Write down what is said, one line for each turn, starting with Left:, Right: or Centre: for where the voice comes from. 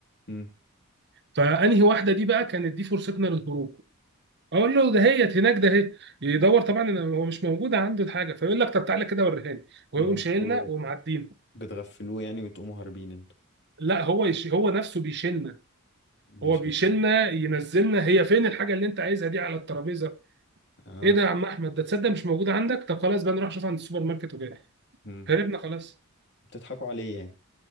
Left: امم
Right: فانهي واحده دي بقى كانت دي فرصتنا للهروب اقول له ده هيت هناك ده هي يدور طبعا إن هو مش موجود عنده الحاجه فيقول لك طب تعالى كده وريها لي ويقوم
Left: اللي انتوا
Right: شايلنا ومعدينا
Left: بتغفلوه يعني وتقوموا هاربين انتوا
Right: لا هو يش... هو نفسه بيشيلنا
Left: بيشربوا
Right: هو بيشيلنا ينزلنا هي فين الحاجه اللي انت عايزها دي على الترابيزه
Left: اه
Right: ايه ده يا عم احمد ده تصدق مش موجوده عندك طب خلاص بقى نروح نشوف عند السوبر ماركت وجاي
Left: امم
Right: هربنا خلاص
Left: بتضحكوا عليه يعني